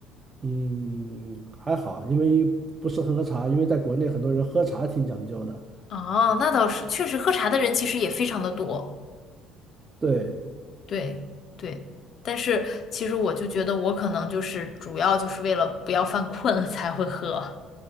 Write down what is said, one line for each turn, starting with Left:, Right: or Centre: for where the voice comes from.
Right: 嗯还好，因为不是很喝茶，因为在国内很多人喝茶挺讲究的，
Left: 哦，那倒是，确实喝茶的人其实也非常的多，
Right: 对，
Left: 对对。但是其实我就觉得我可能就是主要就是为了不要犯困 <laughs> 才会喝，